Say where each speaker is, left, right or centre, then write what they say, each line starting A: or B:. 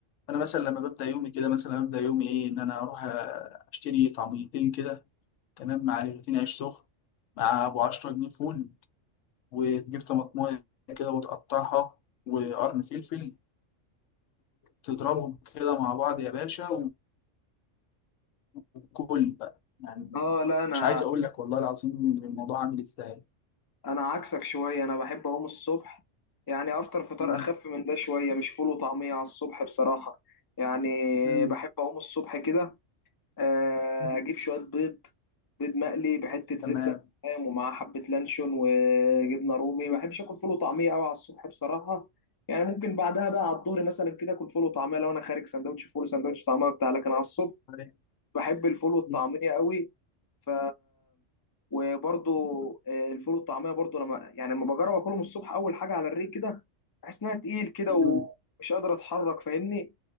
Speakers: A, on the left (about 80°); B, on the left (about 35°).
A: أنا مثلا لما ببدأ يومي كده مثلا ببدأ يومي إيه إن أنا أروح آه، أشتري طعميتين كده تمام مع رغيفين عيش سخن مع أبو عشرة جنيه فول وتجيب طماطماية كده وتقطعها وقرن فلفل وتضربهم كده مع بعض يا باشا وكل بقى يعني
B: اه لا انا
A: مش عايز أقول لك والله العظيم الموضوع عامل إزاي
B: انا عكسك شويه انا بحب اقوم الصبح يعني افطر فطار
A: مم.
B: اخف من ده شويه مش فول وطعميه على الصبح بصراحه يعني
A: مم.
B: بحب اقوم الصبح كده آه،
A: مم.
B: اجيب شويه بيض بيض مقلي بحته زبده
A: تمام
B: فاهم ومعاه حبه لانشون وجبنه رومي
A: مم.
B: ما بحبش اكل فول وطعميه قوي على الصبح بصراحه يعني ممكن بعدها بقى على الظهر مثلا كده اكل فول وطعميه لو انا خارج سندوتش فول سندوتش طعميه بتاع لكن على الصبح
A: طيب.
B: بحب الفول والطعمية
A: مم.
B: قوي ف وبرضو آه، الفول والطعمية برضو لما يعني لما بجرب اكلهم الصبح اول حاجة على الريق كده بحس انها تقيل كده
A: مم.
B: ومش قادر اتحرك فاهمني